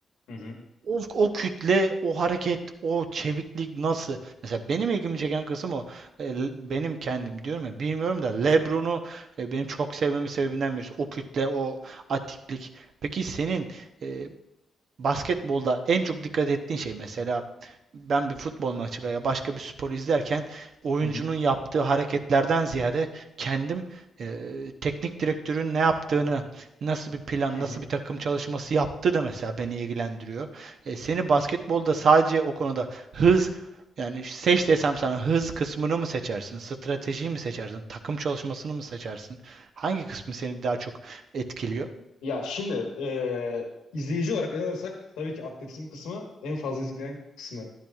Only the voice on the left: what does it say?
Hı hı.
Hı hı.
Hı
hı.
Ya şimdi eee, izleyici olarak ele alırsak tabii ki atletizm kısmı en fazla izlenen kısmı.